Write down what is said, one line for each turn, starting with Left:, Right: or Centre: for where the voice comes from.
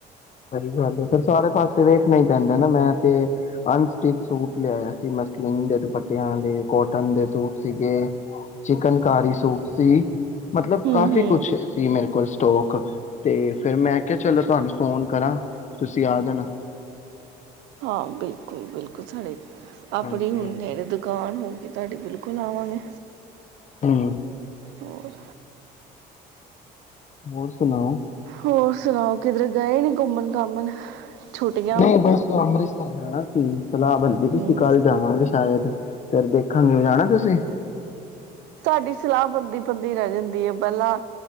Left: ਸਹੀ ਗੱਲ ਹੈ ਫਿਰ ਸਾਰੇ ਪਾਸੇ ਵੇਖਣਾ ਹੀ ਪੈਂਦਾ ਨਾ ਮੈਂ ਤੇ, ਅਨਸਟਿਚ ਸੂਟ ਲਿਆਇਆ ਸੀ ਮਸਲੀਨ ਦੇ ਦੁੱਪਟੇ ਰਿਆਂ ਲਈ ਕੋਟਨ ਦੇ ਸੂਟ ਸੀਗੇ। ਚਿਕਨ ਕਾਰੀ ਸੂਪ ਸੀ। ਮਤਲਬ
Right: ਹੂੰ
Left: ਕਾਫੀ
Right: ਹੂੰ
Left: ਕੁਛ ਸੀ ਮੇਰੇ ਕੋਲ। ਦੋ ਕੱਪ ਤੇ ਫੇਰ ਮੈਂ ਕਿਹਾ ਚਲੋ ਤੁਹਾਨੂੰ ਫੋਨ ਕਰਾਂ, ਤੁਸੀਂ ਆ ਜਾਣਾ।
Right: ਹਾਂ, ਬਿਲਕੁਲ-ਬਿਲਕੁਲ ਸਾਡੇ ਆਪਣੀ
Left: ਹਾਂਜੀ
Right: ਹੁਨ
Left: ਹਾਂਜੀ
Right: ਨੇੜੇ ਦੁਕਾਨ ਹੋਗੀ ਤੁਹਾਡੇ ਬਿਲਕੁਲ ਆਵਾਂਗੇ।
Left: ਹਮ,
Right: ਹੋਰ
Left: ਹੋਰ ਸੁਣਾਓ।
Right: ਹੋਰ ਸੁਣਾਓ ਕਿਧਰ ਗਏ ਨੀ ਘੁੰਮਣ- ਘਾਮਣ ਛੁੱਟੀਆਂ
Left: ਨਹੀਂ ਬਸ ਅੰਮ੍ਰਿਤਸਰ ਜਾਣਾ। ਹਮ, ਸਲਾਹ ਬੰਦੀ
Right: ਹੂੰ
Left: ਤੁਸੀਂ ਕੱਲ ਜਾਵਾਂਗੇ ਸ਼ਾਇਦ ਫਿਰ ਦੇਖਾਂਗੇ ਵੀ ਜਾਣਾ ਤੁਸੀਂ
Right: ਸਾਡੀ ਸਲਾਹ ਬੰਦੀ- ਬੰਦੀ ਰਹਿ ਜਾਂਦੀ ਹੈ ਪਹਿਲਾਂ,